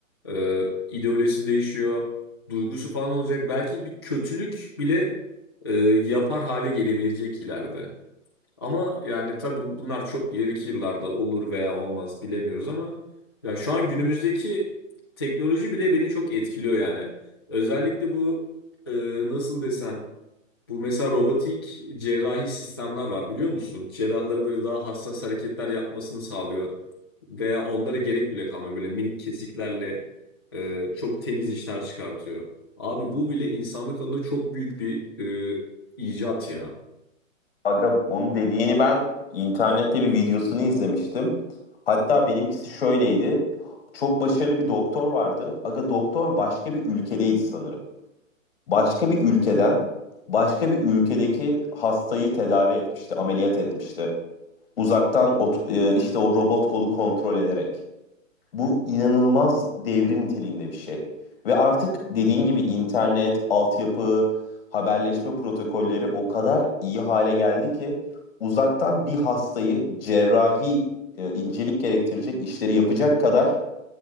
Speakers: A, on the left; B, on the left.
A: e, ideolojisi değişiyor, duygusu falan olacak. Belki bir kötülük bile e, yapar hale gelebilecek ileride. Ama yani tabii bunlar çok ileriki yıllarda olur veya olmaz bilemiyoruz ama ya şu an günümüzdeki teknoloji bile beni çok etkiliyor yani. Özellikle bu e, nasıl desem bu mesela robotik cerrahi sistemler var biliyor musun? Cerrahların böyle daha hassas hareketler yapmasını sağlıyor. Veya onlara gerek bile kalmıyor. Böyle minik kesiklerle e, çok temiz işler çıkartıyor. Abi bu bile insanlık adına çok büyük bir e, icat ya.
B: Aga onu dediğini ben internette bir videosunu izlemiştim. Hatta benimkisi şöyleydi. Çok başarılı bir doktor vardı. Aga doktor başka bir ülkedeydi sanırım. Başka bir ülkeden başka bir ülkedeki hastayı tedavi etmişti, ameliyat etmişti. Uzaktan ot- e, işte o robot kolu kontrol ederek. Bu inanılmaz devrim niteliğinde bir şey. Ve artık dediğin gibi internet, altyapı, haberleşme protokolleri o kadar iyi hale geldi ki uzaktan bir hastayı cerrahi e, incelik gerektirecek işleri yapacak kadar